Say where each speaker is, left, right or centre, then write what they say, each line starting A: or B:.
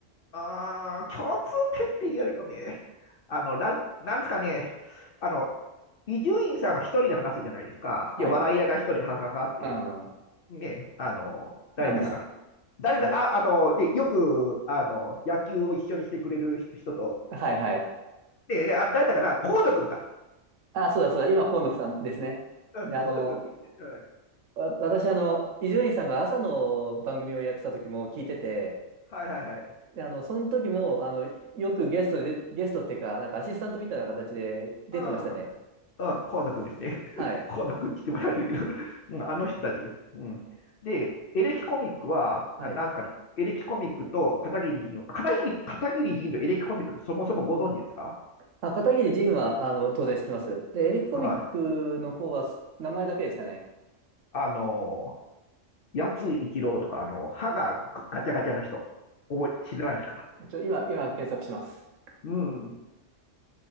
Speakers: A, on the left; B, on the right.
A: あー、共通点っていうよりもね、あの、ラジなんですかね、あの、伊集院さんは一人で話すじゃないですか。
B: はい。
A: で、笑い屋が一人、ははははって、
B: うん。
A: ね、あの、誰だかな。
B: なんです。
A: 誰だ、
B: え、
A: あ、あの、で、よく、あの、野球を一緒にしてくれる人人と、
B: はいはい。
A: で、であ誰だかな、河野くんだ。
B: あ、そうだそうだ。今、河野さんですね。
A: うん、
B: で、
A: 河野君って言って、
B: あの、
A: うん、は
B: わ、私、あの、伊集院さんが朝の番組をやってた時も聞いてて、
A: いはいはい。
B: であの、その時も、あの、よくゲストで、ゲストっていうか、なんかアシスタントみたいな形で出てましたね。
A: うん、うん、河野君ですね。<laughs>
B: はい。
A: 河野君来てもらえるけど、うん、あの人たちです。うん、で、エレキコミックは、
B: はい。
A: ななんですかね、エレキコミックと片桐仁を、片桐片桐仁とエレキコミックってそもそもご存知ですか
B: あ、片桐仁は、あの、当然知ってます。で、エレキコミックの方は、
A: はい。
B: す名前だけでしたね。
A: あのー、八津一郎とか、あの、歯がガチャガチャの人、覚え、知らないですか
B: ちょ、今、今検索します。
A: うん。